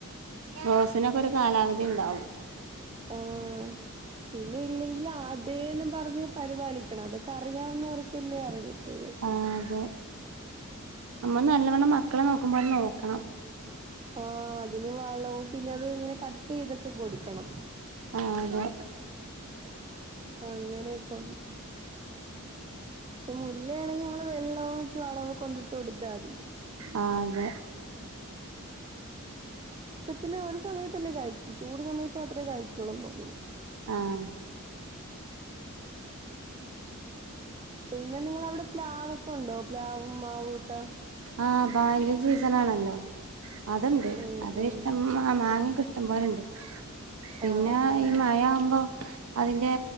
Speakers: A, on the right; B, on the right.
A: റോസിനൊകൊരു കാലാവധി ഇണ്ടാവും
B: ആഹ് പിന്നെ ഇല്ലെങ്കില് ആദ് തേന്ന് പറഞ്ഞ് പരിപാലിക്കണം അതൊക്കെ അറിയാവുന്നവർക്കല്ലേ അറിയത്തുള്ളു
A: ആഹ് അതെ നമ്മള് നല്ലവണ്ണം മക്കളെ നോക്കുമ്പോലെ നോക്കണം
B: ആഹ് അതിന് വളവും പിന്നെ അത് ഇങ്ങനെ കട്ടീതൊക്ക കൊട്ക്കണം
A: ആഹ് അതെ
B: അങ്ങനെയൊക്കെ ചു മുല്ലയാണെങ്കി നമ്മള് വെള്ളവും ചുവളവൊ കൊണ്ടിട്ട് കൊട്ത്താതി
A: ആഹ് അതെ
B: ത്തില് ഒരു സമയത്തല്ലെ കാഴ്കു ചൂട് സമയത്ത് അത്രെ കാഴ്കൊള്ളെന്ന് തോന്നുന്നു
A: ആഹ്
B: പിന്നെ നിങ്ങള അവടെ പ്ലാവൊക്കൊണ്ടൊ പ്ലാവും മാവു ഒക്ക
A: ആഹ് ബായലൽ സീസണാണല്ലൊ അത്ണ്ട്
B: ഉം
A: അത്
B: ഉം
A: ഇഷ്ടംമ്മ ആഹ് മാങ്ങെക്ക ഇഷ്ടം പോലണ്ട് പിന്ന
B: ആഹ് ആഹ്
A: ഈ മഴ ആവുമ്പൊ അതിന്റെ